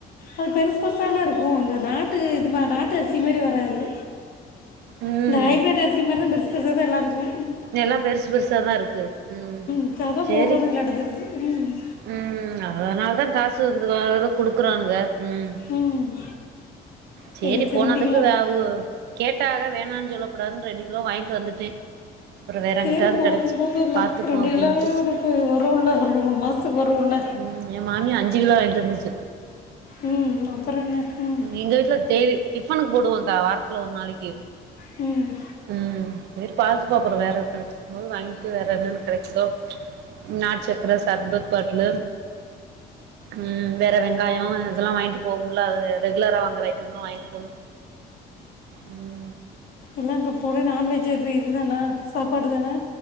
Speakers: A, on the left; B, on the right.
A: அது பெருசு பெருசால்லா இருக்கு இந்த நாட்டு இது மா நாட்டு அரிசி மாரி வராது
B: ம்
A: இந்த ஹைபிரேட் அரிசி மாரி தா பெருசு பெருசா தா எல்லா இருக்கு
B: எல்லா பெருசு பெருசாதா இருக்கு ம்
A: இப்போ அதான்
B: சேரி
A: போடுறானுங்களா அடுத்தது ம்
B: ம் அதனால தா காசு வந்து வானு குடுக்குறாங்க ம்
A: ம்
B: சேரி
A: சரி சரி
B: போனதுக்கு
A: ரெண்டு கிலோ
B: வே அவுக கேட்டாக வேணான் சொல்ல கூடாதுன்னு ரெண்டு கிலோ வாய்ண்டு வந்துட்டே அப்புறோ வேற
A: சேரி
B: எங்கிட்டாவது
A: போது
B: கெடச்சு
A: போதுல்ல
B: பாத்துப்போ
A: ரெண்டு
B: அப்டின்ட்டு
A: கிலோவே உனக்கு வருல்ல ஒரு ரெண்டு மூண் மாசத்துக்கு வருல்ல
B: ம் எ மாமியா அஞ்சு கிலோ வாய்ண்டு வந்துச்சு
A: ம் அப்றோ என்ன ம்
B: எங்க வீட்ல தேவை டிஃபனுக்கு போடுவங்க்கா வாரத்துல ஒரு நாளைக்கி
A: ம்
B: ம் சேரி பாத்துபோ அப்றோ வேற கெடச்சிக்கும் போது வாய்ண்டு வரே வேற என்னென்ன கெடச்சிதோ நாட்டு சக்கர சர்பத் பாட்லு உம் வேற வெங்காயோம் இதெல்லாம் வாங்கிட்டு போகும்ல ரெகுலரா வாங்குற ஐட்டம் எல்லாம் வாங்கிட்டு போணும் உம்
A: இல்ல அங்க போற நான் வெஜ் எது இல்லன்னா சாப்பாடு தான